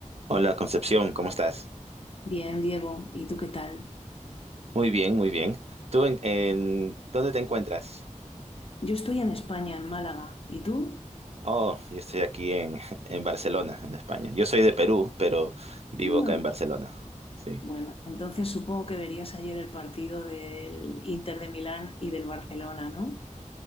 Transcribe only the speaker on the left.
Bien, Diego, ¿y tú qué tal?
Yo estoy en España, en Málaga. ¿Y tú?
Ah.
Bueno, entonces supongo que verías ayer el partido del Inter de Milán y del Barcelona, ¿no?